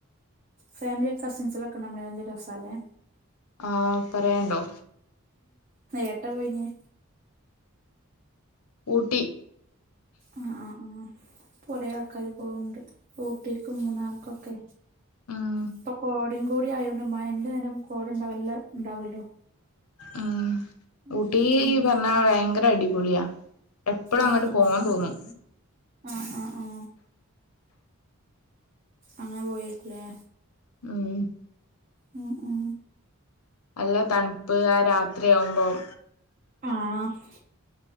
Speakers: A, on the right; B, on the left.
A: ഫാമിലി കസിൻസിലൊക്കെ നമ്മള് എന്ത് രസാലേ
B: ആ പറയണ്ടോ
A: ഏട്ട പോയിഞ്ഞേ
B: ഊട്ടി
A: ആ ആ ആ ഇപ്പോ കുറേ ആൾക്കാാര് പോവ്ണ്ട് ഊട്ടിക്കും മൂന്നാർക്കൊക്കെ
B: ഉം
A: ഇപ്പൊ കോ കുടി ആയോണ്ട് മഴന്റെരം കോട ഉണ്ടാവല്ല ഉണ്ടാവല്ലോ
B: ഉം
A: ഉം
B: ഊട്ടി പറഞ്ഞ ഭയങ്കര അടിപൊളിയാ എപ്പളും
A: ആ
B: അങ്ങട്ട്
A: ആ
B: പോവാൻ തോന്നും
A: ആ ആ ആ അങ്ങനെ പോയേര്ക്കും ലേ
B: ഉം
A: ഉം ഉം..
B: നല്ല തണുപ്പ് ആ രാത്രിയാവുമ്പോം
A: ആഹ്